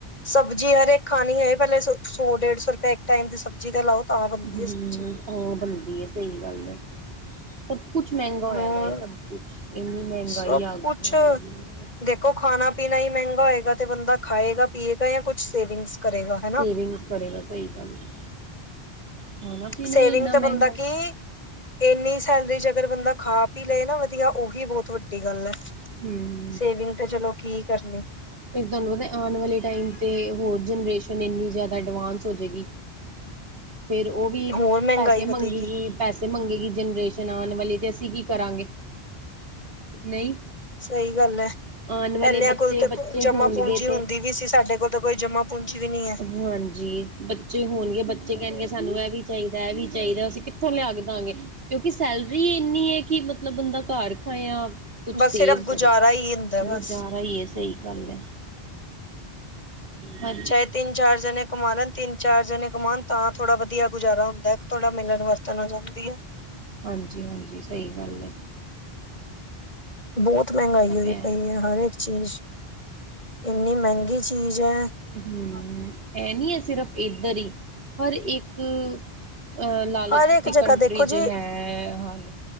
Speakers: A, on the left; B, on the right.
A: ਸਬਜ਼ੀ ਹਰੇਕ ਖਾਣੀ ਹੋਏ ਪਹਿਲੇ ਸੌ ਡੇਢ ਸੌ ਰੁਪਏ ਇੱਕ ਟਾਈਮ ਦੀ ਸਬਜ਼ੀ ਤੇ ਲਾਓ। ਤਾਂ ਬਣਦੀ
B: ਹਮ,
A: ਹੈ ਸਬਜ਼ੀ।
B: ਉਹ ਬਣਦੀ ਹੈ ਸਹੀ ਗੱਲ ਹੈ। ਸਭ ਕੁਛ ਮਹਿੰਗਾ ਹੋਇਆ
A: ਹਾਂ,
B: ਦਾ ਸਭ ਕੁਛ ਇੰਨੀ ਮਹਿੰਗਾਈ
A: ਸਭ
B: ਆ ਗਈ
A: ਕੁਛ
B: ਹੈ।
A: ਦੇਖੋ ਖਾਣਾ ਪੀਣਾ ਹੀ ਮਹਿੰਗਾ ਹੋਏਗਾ ਤੇ ਬੰਦਾ ਖਾਏਗਾ ਪੀਏਗਾ ਜਾਂ ਕੁਛ ਸੇਵਿੰਗਸ ਕਰੇਗਾ। ਹਨਾ,
B: ਸੇਵਿੰਗਸ ਕਰੇਗਾ ਸਹੀ ਗੱਲ ਹੈ। ਖਾਣਾ ਪੀਣਾ
A: ਸੇਵਿੰਗ
B: ਹੀ ਇੰਨਾ
A: ਤਾਂ
B: ਮਹਿੰਗਾ
A: ਬੰਦਾ
B: ਹੈ
A: ਕੀ। ਇੰਨੀ ਸੈਲਰੀ ਚ ਅਗਰ ਬੰਦਾ ਖਾ ਪੀ ਲਏ ਨਾ ਵਧੀਆ ਉਹੀ ਬਹੁਤ ਵੱਡੀ ਗੱਲ ਹੈ।
B: ਹੂੰ।
A: ਸੇਵਿੰਗ ਤੇ ਚਲੋ ਕੀ ਕਰਨੀ।
B: ਫੇਰ ਤੁਹਾਨੂੰ ਤੇ ਆਣ ਵਾਲੇ ਟਾਈਮ ਤੇ ਹੋਰ ਜਨਰੇਸ਼ਨ ਏਨੀ ਜਿਆਦਾ ਐਡਵਾਂਸ ਹੋ ਜਏਗੀ।
A: <inaudible>
B: ਫਿਰ ਓਹ ਵੀ
A: ਹੋਰ ਮਹਿੰਗਾਈ
B: ਪੈਸੇ
A: ਵਧੇਗੀ,
B: ਮੰਗੇਗੀ। ਪੈਸੇ ਮੰਗੇਗੀ ਜਨਰੇਸ਼ਨ ਆਣ ਵਾਲੀ ਤੇ। ਅਸੀਂ ਕੀ ਕਰਾਂਗੇ? ਨਹੀਂ।
A: ਸਹੀ ਗੱਲ ਐ,
B: ਆਉਣ
A: ਪਹਿਲੀਆਂ
B: ਵਾਲੇ ਬੱਚੇ
A: ਕੋਲ ਤਾਂ
B: ਬੱਚੇ
A: ਪ ਜਮਾ
B: ਹੋਣਗੇ
A: ਪੂੰਜੀ ਹੁੰਦੀ
B: ਤੇ
A: ਵੀ ਸੀ, ਸਾਡੇ ਕੋਲ ਤੇ। ਕੋਈ ਜਮ੍ਹਾਂ ਪੂੰਜੀ ਵੀ ਨਹੀਂ ਆ।
B: ਹੂ ਹਾਂਜੀ, ਬੱਚੇ ਹੋਣਗੇ ਬੱਚੇ ਕਹਿਣਗੇ ਸਾਨੂੰ ਐ ਵੀ ਚਾਹੀਦਾ ਐਹ ਵੀ ਚਾਹੀਦਾ, ਅਸੀਂ ਕਿੱਥੋਂ ਲਿਆ ਕੇ ਦਵਾਂਗੇ? ਕਿਉਂਕਿ ਸੈਲਰੀ ਏਨੀ ਏ ਕਿ ਮਤਲਬ ਬੰਦਾ ਘਰ ਖਾਇਆ। ਕੁਛ
A: ਬਸ
B: ਸੇਵ
A: ਸਿਰਫ਼ ਗੁਜ਼ਾਰਾ
B: ਕਰੇ।
A: ਹੀ ਹੁੰਦਾ ਬਸ।
B: ਗੁਜ਼ਾਰਾ ਈ ਏ, ਸਹੀ ਗੱਲ ਏ। ਹਾਂ।
A: ਚਾਏ ਤਿੰਨ-ਚਾਰ, ਜਣੇ ਕਮਾ ਲਨ, ਤਿੰਨ- ਚਾਰ ਜਣੇ ਕਮਾਨ। ਤਾਂ ਥੋੜਾ ਵਧੀਆ, ਗੁਜ਼ਾਰਾ ਹੁੰਦਾ ਏ। ਇੱਕ ਥੋੜਾ ਮਿਲਣ ਵਰਤਣ ਹੋ ਜਾਂਦੀ‌ ਐ।
B: ਹਾਂਜੀ- ਹਾਂਜੀ, ਸਹੀ ਗੱਲ ਐ।
A: ਬੌਤ ਮੈੰਗਾਈ, ਹੋਈ
B: ਪਿਆ।
A: ਪਈ ਐ। ਹਰ ਏਕ ਚੀਜ਼, ਇੰਨੀ ਮੈੰਗੀ ਚੀਜ਼ ਐ।
B: ਹੂੰ, ਐ ਨੀ ਐ ਸਿਰਫ਼, ਏਧਰ ਹੀ। ਪਰ ਇੱਕ ਅ ਲਾਲੋ
A: ਹਰ
B: ਤੁਸੀਂ,
A: ਇੱਕ ਜਗ੍ਹਾ
B: ਕੰਟਰੀ
A: ਦੇਖੋ
B: ਚ
A: ਜੀ।
B: ਹੈ। ਹਾਲੇ